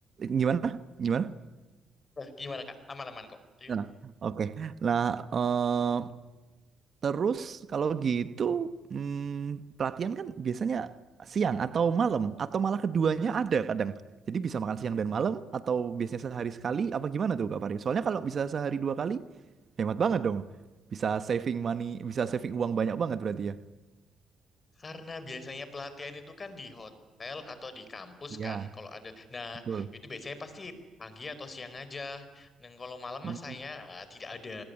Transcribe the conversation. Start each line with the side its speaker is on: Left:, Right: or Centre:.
Right: gimana? Gimana?
Left: Nah, gimana Kak? Aman-aman kok. Gitu.
Right: Nah, oke. Nah, eh, Terus kalau gitu hmm, pelatihan kan biasanya siang atau malam atau malah keduanya ada kadang. Jadi bisa makan siang dan malam atau biasanya sehari sekali apa gimana tuh Kak Fari? Soalnya kalau bisa sehari dua kali hemat banget dong. Bisa saving money, bisa saving uang banyak banget berarti ya.
Left: Karena biasanya pelatihan itu kan di hotel atau di kampus
Right: Iya,
Left: kan kalau ada. Nah,
Right: betul.
Left: itu biasanya pasti pagi atau siang aja. Dan kalau malam
Right: Mm,
Left: mah saya ah, tidak ada.